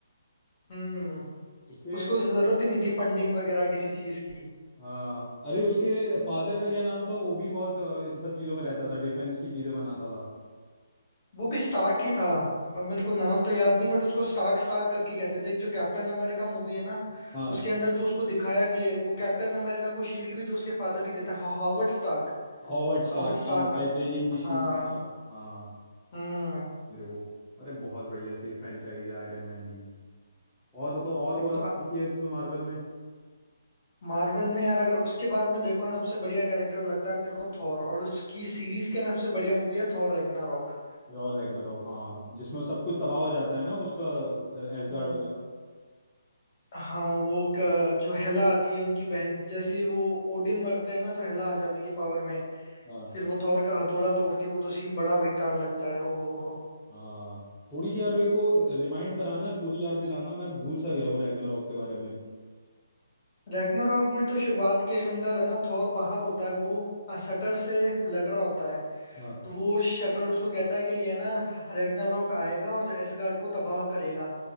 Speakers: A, on the left; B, in the centre.
A: हम्म
B: उसके
A: उसको जरूरत ही नहीं थी फंडिंग वगैरह किसी चीज की
B: हाँ अरे उसके फादर का क्या नाम था वो भी बहुत अ, इन सब चीज़ों में रहता था डिफेंस की चीज़ें बनाता था
A: वो भी स्टार्क ही था म- मेरे को नाम तो याद नहीं बट उसको स्टार्क स्टार्क करके कहते थे एक जो कैप्टन अमेरिका मूवी है ना
B: हाँ
A: उसके अंदर तो उसको दिखाया भी है वो कैप्टन अमेरिका को शील्ड भी तो उसके फादर ही देते हैं हा- हावर्ड स्टार्क
B: हॉवर्ड स्टार्क
A: हावर्ड स्टार्क
B: हाँ
A: ना
B: वाइब्रेनियम की शील्ड
A: हाँ
B: <laughs> रहता है हाँ
A: हम्म
B: मेरे वो अरे बहुत बढ़िया सी फ्रेंचाइज है आयरन मैन की और बताओ और
A: वही
B: कौन सी
A: तो
B: देखी है उसमें मार्वल में
A: मार्वल में यार अगर उसके बाद में देखो ना सबसे बढ़िया कैरेक्टर लगता है मेरे को थॉर और उसकी सीरीज के ना सबसे बढ़िया मूवी है थॉर रैग्नारोक
B: और रैग्नारॉक हाँ जिसमें सब कुछ तबाह हो जाता है ना उसका एसगार्ड
A: हम्म
B: वगैरह
A: हाँ वो क- जो हेला आती है उनकी बहन जैसे ही वो ओडिन मरते हैं ना तो हेला आ जाती है पावर में
B: हाँ
A: फिर वो थॉर का हथौड़ा तोड़ती है वो तो सीन बड़ा बेकार लगता है ओहो हो
B: हाँ थोड़ी सी यार मेरे को रिमाइंड कराना स्टोरी याद दिलाना मैं भूल सा गया हूँ रैग्नारॉक के बारे में
A: रैग्नारॉक में तो शुरुआत के अंदर है ना थॉर बाहर होता है वो शटर से लड़ रहा होता है
B: हाँ
A: तो वो शटर उसको कहता है कि ये ना रैग्नारॉक आएगा और एसगार्ड को तबाह करेगा